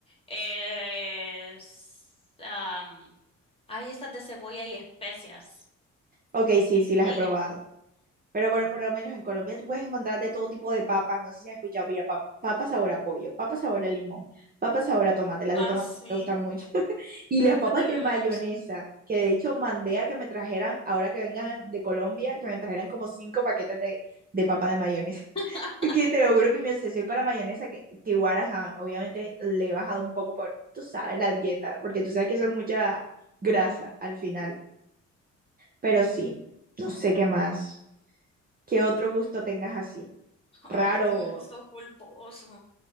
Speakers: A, on the left; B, on the right.
A: Es, am, hay esas de cebolla y especias.
B: Ok, sí, sí, las
A: Y
B: he probado.
A: ya.
B: Pero por, por lo menos en Colombia tú puedes encontrar de todo tipo de papas. No sé si has escuchado, mira, pa- papa sabor a pollo, papas sabor a limón, papas sabor a tomate. Las
A: Ah,
B: de tomate
A: sí.
B: me gustan mucho. <laughs> Y las papas
A: Las de limón
B: de mayonesa,
A: me gustan.
B: que de hecho mandé a que me trajeran, ahora que vengan de Colombia, que me trajeran como cinco paquetes de, de papas de mayonesa.
A: <laughs>
B: Es Que te lo juro que mi obsesión con la mayonesa, que, que igual, ajá, obviamente le he bajado un poco por, tú sabes, la dieta, porque tú sabes que eso es mucha grasa al final. Pero sí, no sé qué más. ¿Qué otro gusto tengas así?
A: Ay,
B: ¿Raro?
A: tengo un gusto culposo.